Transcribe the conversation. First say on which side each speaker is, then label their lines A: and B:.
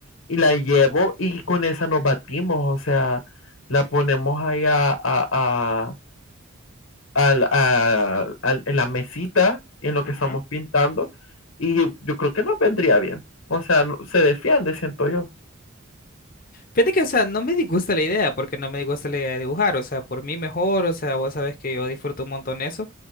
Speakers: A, on the left; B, on the left.
A: y la llevo y con esa nos batimos, o sea, la ponemos ahí a, a- a- al- a- al- en la mesita en lo que
B: Ujú.
A: estamos pintando y yo creo que nos vendría bien, o sea, no- se defiende, siento yo.
B: Fíjate que, o sea, no me disgusta la idea, porque no me disgusta la idea de dibujar, o sea, por mí mejor, o sea, vos sabes que yo disfruto un montón eso.